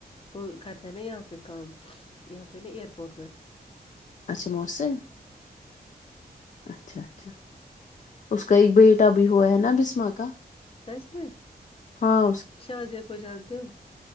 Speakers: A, on the left; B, on the left.
A: وہ کرتے ہیں نا یہاں پہ کام یہاں پہ نا ایئرپورٹ پہ
B: اچھا موسم اچھا اچھا اس کا ایک بیٹا بھی ہوا ہے نا بسما کا
A: سچ میں
B: ہاں
A: شاہ جے کو جانتے ہو